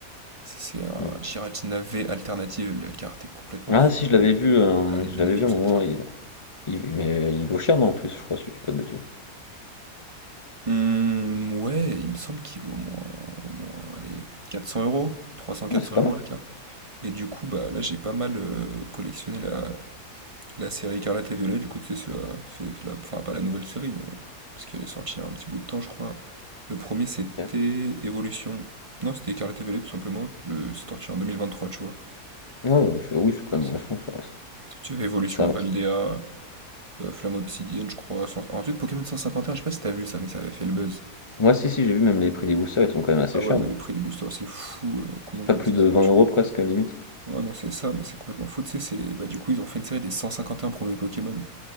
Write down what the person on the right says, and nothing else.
c'est c'est un
Giratina V alternative, la carte est complètement
floue.
elle est
elle est
magnifique
cette
carte.
Mmh, ouais, il me semble qu'il vaut au moins au moins allez 400 €, 300-400 euros trois cents-quatre
cents
euros
la carte et du coup, bah, là, j'ai pas mal, heu, collectionné la la série Écarlate et Violet, du coup, tu sais, c'est la c'est c'est la enfin, pas la nouvelle série, mais parce qu'elle est sortie il y a un petit bout de temps, je crois. Le premier c'était
Évolution. Non, c'était Écarlate et Violet, tout simplement, le c'est sorti en 2023, tu vois?
La
Tu avais Evolution
Paldea,
euh, Flamme Obsidienne, je crois. cent- Ensuite, Pokémon 151, je sais pas si t'as vu ça, mais ça avait fait le buzz.
Ah ouais,
mais
le prix des boosters, c'est fou. euh, combien,
comment
ça
se vend,
tu
vois?
Ouais, non, c'est ça, mais c'est complètement fou. Tu sais, c'est bah, du coup, ils ont fait une série des 151 premiers Pokémon.